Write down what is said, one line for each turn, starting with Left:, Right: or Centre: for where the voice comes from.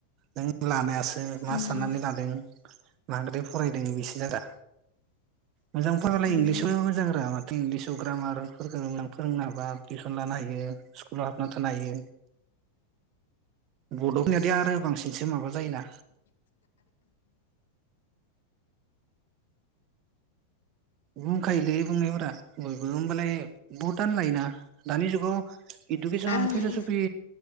Right: नों लानायास सो मा
Left: उम
Right: साननानै लादों। मांद्राय फरायदों बिसिनि दा मोजां फारबालाय
Left: उम
Right: इंलिसावबो मोज रा माथ इंलिसाव ग्रामारफोरखो फोरोंनो हाबा टिउसन लानो हायो स्कुलाव हाबना थानो हायो। बड'फ नियादो आरो बांसिनसो माबा जायोना। बुंखायोलै बुंनायफोरा बयबो होमबालाय बहुदानो लायोना दानि जुगाव इदुकेसन
Left: ओं
Right: फलसफि